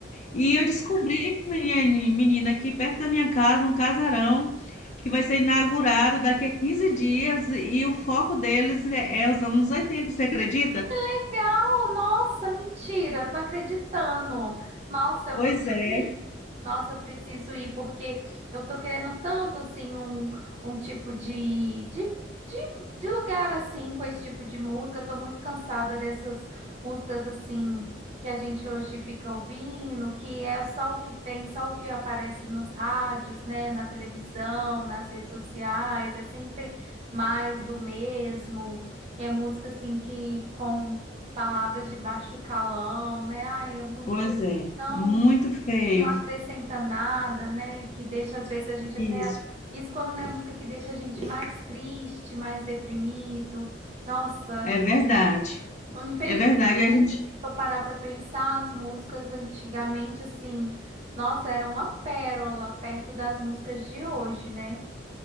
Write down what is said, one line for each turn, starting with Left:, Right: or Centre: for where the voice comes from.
Left: E eu descobri, menina, menina, aqui perto da minha casa, um casarão que vai ser inaugurado daqui a 15 dias e o foco deles é, é os anos 80, você acredita?
Right: legal! Nossa, mentira, não tô acreditando. Nossa, eu
Left: Pois
Right: vou ter
Left: é,
Right: que ir. Nossa, eu preciso ir, porque eu tô querendo tanto, assim, um, um tipo de, de, de, de lugar, assim, com esse tipo de música. Eu tô muito cansada dessas músicas, assim, que a gente hoje fica ouvindo, que é só o que tem, só o que aparece nos rádios, né, na televisão, nas redes sociais. É sempre mais do mesmo. É música assim que com palavras de baixo calão, né? Ai, a música
Left: pois
Right: é
Left: é,
Right: tão
Left: muito feio.
Right: que não acrescenta nada, né? Que deixa às vezes a gente até
Left: Isso,
Right: isso quando não é música que deixa a gente mais triste, mais deprimido. Nossa,
Left: é verdade.
Right: infelizmente,
Left: É verdade, e a gente.
Right: se a gente for parar para pensar, as músicas antigamente assim, nossa, era uma pérola perto das músicas de hoje, né?